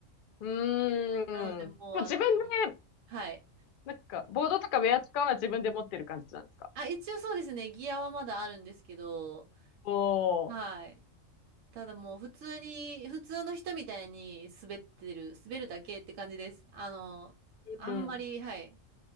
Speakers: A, on the left; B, on the right.
A: う。うーん。
B: なので、もう、
A: まあ、
B: あの、
A: 自分で
B: はい。
A: なんか、ボードとかウェアとかは自分で持ってる感じなんですか
B: あ、一応そうですね。ギアはまだあるんですけど、
A: おー。
B: はい。ただもう普通に、普通の人みたいに滑ってる、滑るだけって感じです。あの、あんまり、
A: うん。
B: はい。